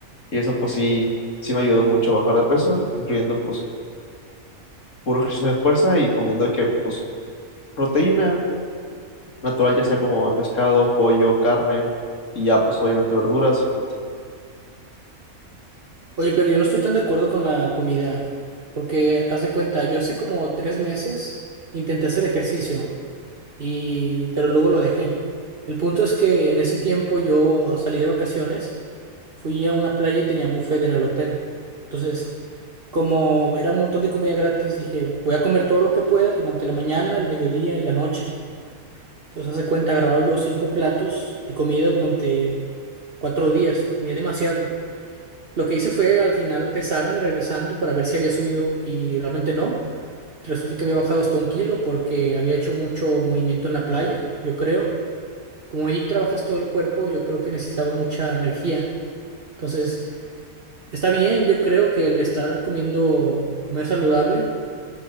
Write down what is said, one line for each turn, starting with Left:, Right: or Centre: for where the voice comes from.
Left: Y eso pues sí, sí me ayudó mucho a bajar de peso, incluyendo pues puro ejercicio de fuerza y comiendo de que, pues, proteína natural, ya sea como pescado, pollo, carne, y ya, pues, obviamente verduras y fruta.
Right: Oye, pero yo no estoy tan de acuerdo con la comida, porque haz de cuenta, yo hace como tres meses intenté hacer ejercicio y pero luego lo dejé. El punto es que en ese tiempo yo salí de vacaciones, fui a una playa y tenían buffet en el hotel. Entonces, como era un montón de comida gratis, dije, voy a comer todo lo que pueda durante la mañana, el mediodía y la noche. Entonces, haz de cuenta, agarraba yo cinco platos de comida durante cuatro días y comía demasiado. Lo que hice fue al final pesarme regresando para ver si había subido y realmente no. Resulta que había bajado hasta un kilo porque había hecho mucho movimiento en la playa, yo creo. Como ahí trabajas todo el cuerpo, yo creo que necesitaba mucha energía. Entonces, está bien, yo creo que el estar comiendo comer saludable,